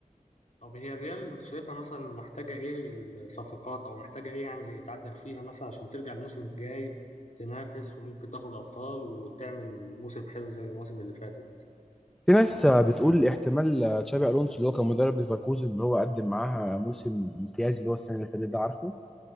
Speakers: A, on the left (about 55°); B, in the centre.
A: طب هي الريال انت شايفها مثلا محتاجة ايه الصفقات او محتاجة ايه يعني يتعدل فيها مثلا عشان ترجع الموسم الجاي تنافس وممكن تاخد ابطال وتعمل موسم حلو زي المواسم اللي فاتت
B: في ناس بتقول احتمال تشابي الونسو اللي هو كان مدرب ليفركوزن ان هو قدم معاها موسم امتيازي اللي هو السنه اللي فاتت ده عارفه